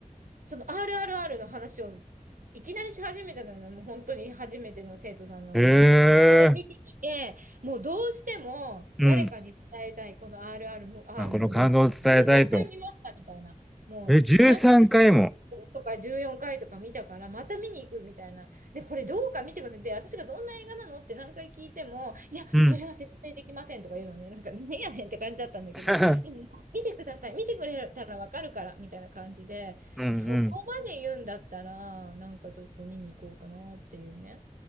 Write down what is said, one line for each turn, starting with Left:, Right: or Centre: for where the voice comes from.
Right: その RRR の話をいきなりし始めたのよね、もう本当に初めての生徒さんなのに。
Centre: へ
Right: もうこれ見てきて、
Centre: え。
Right: もうどうしても誰かに伝えたい、
Centre: うん。
Right: この RRR
Centre: まあ、この感動を伝えたいと。
Right: ので、13回見ましたみたいな。もう何
Centre: え、13回も。
Right: とか14回とか見たから、また見に行くみたいな。で、これどうか見てください。で、私がどんな映画なのって何回聞いても、いや、
Centre: うん。
Right: それは説明できませんとか言うのね。なんか、ねやねんって感じだったんだけど、
Centre: <laughs>
Right: でも、見てください。見てくれたらわかるから、みたいな感じで、
Centre: うんうん。
Right: もうそこまで言うんだったら、
Centre: い
Right: なんかちょっと見に行こうかなっていうね。